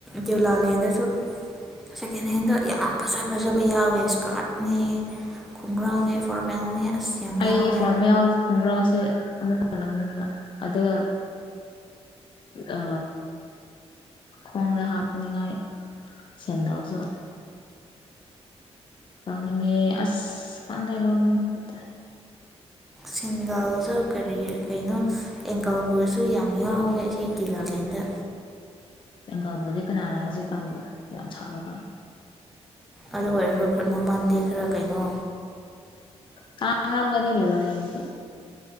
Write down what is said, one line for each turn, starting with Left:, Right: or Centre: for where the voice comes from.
Centre: ꯗ꯭ꯌꯨꯂꯥꯂꯦꯟꯗꯁꯨ ꯁꯦꯀꯦꯟ ꯍꯦꯟꯗ ꯌꯥꯝ ꯐꯖ ꯐꯖꯕ ꯌꯥꯎꯋꯦ <unintelligible> ꯈꯣꯡꯒ꯭ꯔꯥꯎꯅꯦ ꯐꯣꯔꯃꯦꯜꯅꯦ ꯑꯁ ꯌꯥꯝ
Left: ꯑꯩ
Centre: ꯌꯥꯎꯋꯦ
Left: ꯐꯣꯔꯃꯦꯜ ꯈꯣꯡꯒ꯭ꯔꯥꯎꯁꯦ ꯑꯃꯨꯛꯀꯥ ꯂꯧꯅꯤꯡꯕ ꯑꯗꯨꯒ ꯑ ꯈꯣꯡꯗ ꯍꯥꯞꯅꯤꯡꯉꯥꯏ ꯁꯦꯟꯗꯜꯁꯨ ꯂꯧꯅꯤꯡꯑꯦ ꯑꯁ ꯈꯪꯗꯦ ꯂꯧꯕꯅꯤꯡꯕꯈꯛꯇ
Centre: ꯁꯦꯗꯜꯁꯨ ꯀꯔꯤꯒꯤ ꯀꯩꯅꯣ ꯑꯦꯡꯀꯜꯕꯨꯠꯁꯨ ꯌꯥꯝ ꯌꯥꯎꯋꯦ ꯑꯁꯤꯒꯤ ꯗ꯭ꯌꯨꯂꯥꯂꯦꯟꯗ
Left: ꯑꯦꯡꯀꯜꯕꯨꯠꯇꯤ ꯀꯅꯥꯅ ꯍꯧꯖꯤꯛꯀꯥꯟꯕꯨ ꯌꯥꯝ ꯁꯥꯕ ꯀꯥꯟ
Centre: ꯑꯗꯨ ꯑꯣꯏꯔꯁꯨ ꯈꯔ ꯃꯃꯟꯗꯤ ꯈꯔ ꯀꯩꯅꯣ
Left: ꯀꯥ ꯉꯝꯃꯣꯏꯗ ꯗ꯭ꯌꯨꯂꯥꯂꯦꯟꯒꯤꯗꯤ